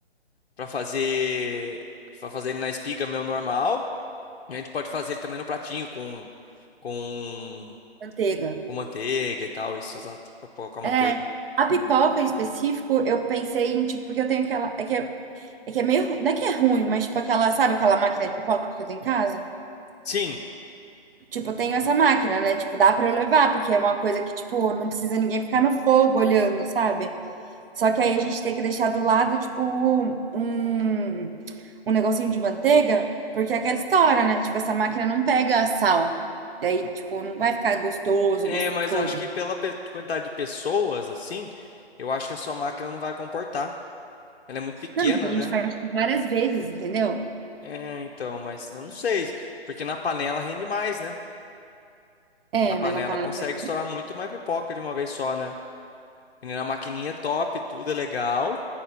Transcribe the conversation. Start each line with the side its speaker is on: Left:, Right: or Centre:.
Left: pra fazer, pra fazer ele na espiga meu normal. E a gente pode fazer ele também no pratinho com, com,
Right: da manteiga.
Left: com manteiga e tal, isso, exato, pra pôr com manteiga.
Right: É, a pipoca em específico, eu pensei em, tipo, porque eu tenho aquela, é que é, é que é meio, não é que é ruim, mas tipo aquela, sabe aquela máquina de pipoca que eu tenho em casa?
Left: Sim,
Right: Tipo, eu tenho essa máquina, né? Tipo, dá pra eu levar, porque é uma coisa que, tipo, não precisa ninguém ficar no fogo olhando, sabe? Só que aí a gente tem que deixar do lado, tipo, um, um negocinho de manteiga, porque é aquela história, né? Tipo, essa máquina não pega sal. Daí, tipo, não vai ficar gostoso,
Left: é,
Right: gostoso.
Left: mas eu acho que pela pe- quantidade de pessoas, assim, eu acho que a sua máquina não vai comportar. Ela é muito pequena,
Right: Não, mas a gente
Left: né?
Right: faz tipo, várias vezes, entendeu?
Left: É, então, mas eu não sei, porque na panela rende mais, né?
Right: É,
Left: Na panela
Right: mas a panela.
Left: consegue
Right: pode-
Left: estourar muito mais pipoca de uma vez só, né? E na maquininha é top, tudo é legal,